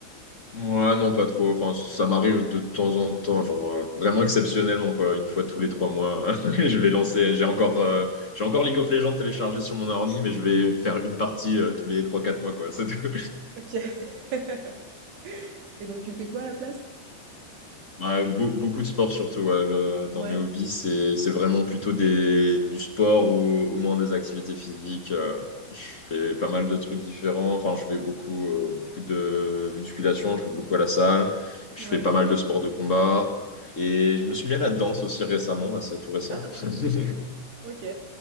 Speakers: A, on the left; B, on the right.
A: Ouais, non, pas trop. Enfin, ça m'arrive de temps en temps, genre euh, vraiment exceptionnellement, quoi. Une fois tous les trois mois, <laughs> je vais lancer. J'ai encore, euh, j'ai encore League of Legends téléchargé sur mon ordi, mais je vais faire une partie euh, tous les trois, quatre mois, quoi. <laughs> C'est tout.
B: OK. <laughs> Et donc tu fais quoi à la place?
A: Ouais, beau- beaucoup de sport surtout. ouais. Euh,
B: Ouais,
A: dans mes hobbies, c'est c'est vraiment plutôt des du sport ou au moins des activités physiques. Euh, je fais pas mal de trucs différents. Enfin, je fais beaucoup, euh, beaucoup de musculation. Je vais beaucoup à la salle. Je
B: Ouais.
A: fais pas mal de sports de combat. Et je me suis mis à la danse aussi récemment. Là, c'est tout récent.
B: Ah!
A: <laughs>
B: OK.